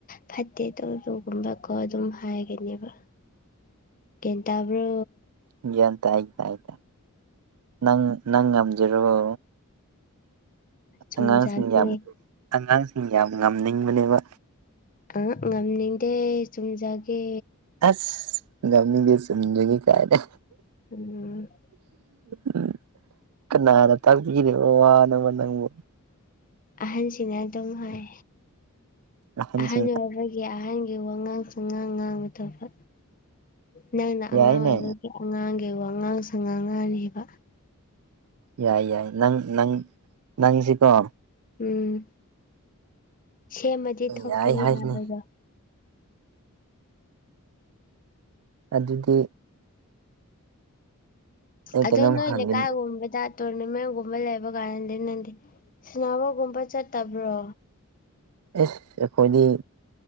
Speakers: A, on the left; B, on the right.
A: ꯐꯠꯇꯦ ꯇꯧ ꯇꯒꯨꯝꯕ ꯀꯣ ꯑꯗꯨꯝ ꯍꯥꯏꯒꯅꯦꯕ ꯀꯦꯟꯇꯕ꯭ꯔꯣ
B: ꯦ ꯍꯥꯏꯥꯏꯥꯏ ꯅꯪ ꯅꯪ ꯉꯝꯖꯔꯣ
A: ꯆꯨꯝꯖꯒꯦ
B: ꯑꯉꯥꯡꯁꯤꯡ ꯌꯥꯝ ꯑꯉꯥꯡꯁꯤꯡ ꯌꯥꯝ ꯉꯝꯅꯤꯡꯕꯅꯦꯕ
A: ꯑ ꯉꯝꯅꯤꯡꯗꯦ ꯆꯨꯝꯖꯒꯦ
B: ꯑꯁ ꯉꯝꯃꯤꯗꯁꯖꯉ ꯀꯥꯏꯅ
A: ꯎꯝ꯫
B: ꯎꯝ ꯀꯅꯥꯅ ꯇꯥꯛꯄꯤꯕꯣ ꯋꯥꯅꯕ ꯅꯪꯕꯨ
A: ꯑꯍꯟꯁꯤꯅ ꯑꯗꯨꯝ ꯍꯥꯏ
B: ꯑꯍꯟꯁꯤꯡꯅ
A: ꯑꯍꯟ ꯑꯣꯏꯕꯒꯤ ꯑꯩꯒꯤ ꯑꯍꯥꯟꯕꯒꯤ ꯋꯥꯉꯥꯡꯁꯨ ꯉꯥꯡ ꯉꯥꯡꯕ ꯊ ꯅꯪꯅ ꯑꯉꯥꯡ
B: ꯌꯥꯏꯅꯦ
A: ꯑꯣꯏꯕꯒꯤ ꯑꯉꯥꯡꯒꯤ ꯋꯥꯉꯥꯡ ꯁ ꯉꯥꯡ ꯉꯥꯔꯤꯕ
B: ꯌꯥꯏ ꯌꯥꯏ ꯅꯪ ꯅꯪ ꯅꯪꯁꯤꯀꯣ
A: ꯎꯝ ꯁꯦꯝꯃꯗꯤ ꯊꯣꯛꯀꯅꯤ
B: ꯌꯥꯏ ꯍꯥꯏꯁꯤꯅꯦ
A: ꯍꯥꯏꯕꯗꯣ
B: ꯑꯗꯨꯗꯤ ꯑꯩ
A: ꯑꯗ
B: ꯀꯩꯅꯣꯝ
A: ꯅ
B: ꯍꯪꯒꯦ
A: ꯏꯂꯦ ꯀꯥꯏꯒꯨꯝꯕꯗ ꯇꯣꯔꯅꯥꯃꯦꯟꯒꯨꯝꯕ ꯂꯩꯕ ꯀꯥꯟꯗꯗꯤ ꯅꯪꯗꯤ ꯁꯅꯥꯕꯒꯨꯝꯕ ꯆꯠꯇꯕ꯭ꯔꯣ
B: ꯑꯦꯁ ꯑꯩꯈꯣꯏꯗꯤ